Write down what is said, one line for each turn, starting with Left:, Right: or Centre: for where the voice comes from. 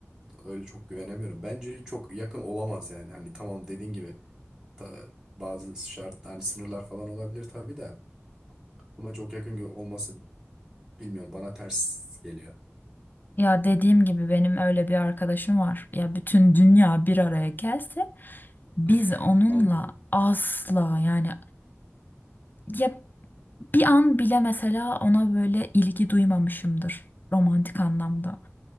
Right: öyle çok güvenemiyorum. Bence çok yakın olamaz yani. Hani tamam dediğin gibi ta- bazı şart hani sınırlar falan olabilir tabii de ama çok yakın gö- olması bilmiyorum bana ters geliyor.
Left: Ya dediğim gibi benim öyle bir arkadaşım var. Ya bütün dünya bir araya gelse biz
Right: <laughs>
Left: onunla
Right: Anladım.
Left: asla yani ya bir an bile mesela ona böyle ilgi duymamışımdır romantik anlamda.